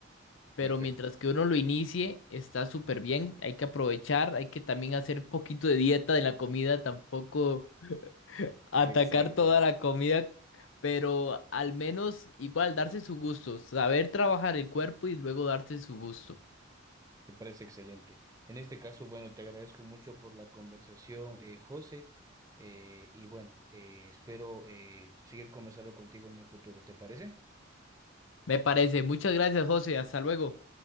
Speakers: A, on the left; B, on the right.
A: pero
B: Perfecto,
A: mientras que uno lo inicie está súper bien, hay que aprovechar, hay que también hacer un poquito de dieta de la comida, tampoco atacar
B: exacto.
A: toda la comida, pero al menos igual darse su gusto, saber trabajar el cuerpo y luego darse su gusto.
B: Me parece excelente. En este caso, bueno, te agradezco mucho por la conversación, eh, José, eh, y bueno, eh, espero eh, seguir conversando contigo en el futuro. ¿Te parece?
A: Me parece. Muchas gracias, José. Hasta luego.